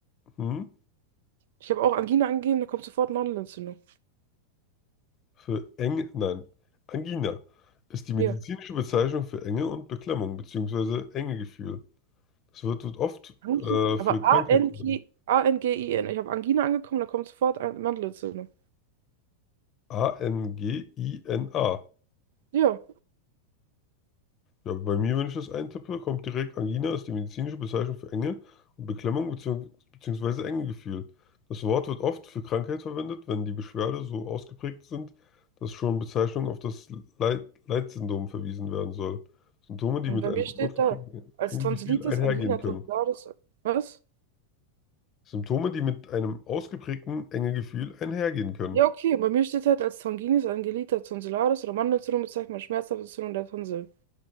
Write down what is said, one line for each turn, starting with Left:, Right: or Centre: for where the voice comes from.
Left: hm,
Right: Ich habe auch Angina angegeben, da kommt sofort Mandelentzündung.
Left: Für Eng, nein, Angina ist die medizinische
Right: Hier.
Left: Bezeichnung für Enge und Beklemmung beziehungsweise Engegefühl. Es wird wird oft
Right: Angina.
Left: äh,
Right: Aber
Left: für
Right: A-N-G,
Left: Krankheit verwendet.
Right: A-N-G-I-N. Ich habe Angina angekommen, da kommt sofort ein- Mandelentzündung.
Left: A-N-G-I-N-A.
Right: Ja.
Left: Ja, bei mir, wenn ich das eintippe, kommt direkt Angina ist die medizinische Bezeichnung für Enge und Beklemmung bzw. bzw. Engegefühl. Das Wort wird oft für Krankheit verwendet, wenn die Beschwerde so ausgeprägt sind, dass schon Bezeichnung auf das Leid Leitsyndrom verwiesen werden soll. Symptome, die
Right: Und
Left: mit
Right: bei
Left: einem
Right: mir steht
Left: ausgeprägten
Right: da als
Left: Engegefühl
Right: Tonsillitis,
Left: einhergehen
Right: Angina
Left: können.
Right: tonsillaris. Was?
Left: Symptome, die mit einem ausgeprägten Engegefühl einhergehen können.
Right: Ja, okay. Und bei mir steht halt als Tonginis, Angelita tonsillaris oder Mandelentzündung bezeichnet man schmerzhafte Entzündung der Tonsil.